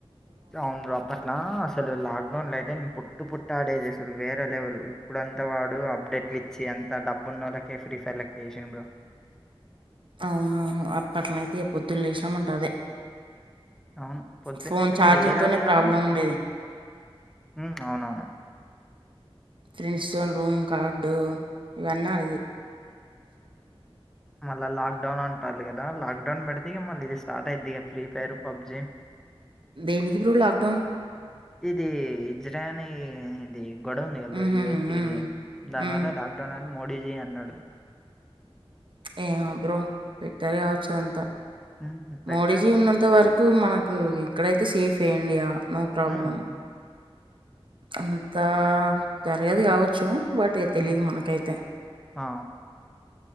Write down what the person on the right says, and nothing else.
అవునవును. అప్పట్లో అయితే పొద్దున్న లేసినాం అంటే అదే
ఫోన్ చార్జింగ్
తోనే
ప్రాబ్లం ఉండేది
ఫ్రెండ్స్ తో రూమ్ కార్డు ఇవన్నా ఇది
ద నకు ప్ర లక్డౌన్
ఉహు
ఉమ్
ఉమ్
ఏ బ్రో పెట్టర్ కావచ్చుదంతా
మోడీజీ ఉన్నంత వరకు మనకు ఇక్కడైతే సేఫ్డి ఇండియా నో ప్రాబ్లమ్
అంతా జరగది కావచ్చు వాటి తెలీదు
మనకైతే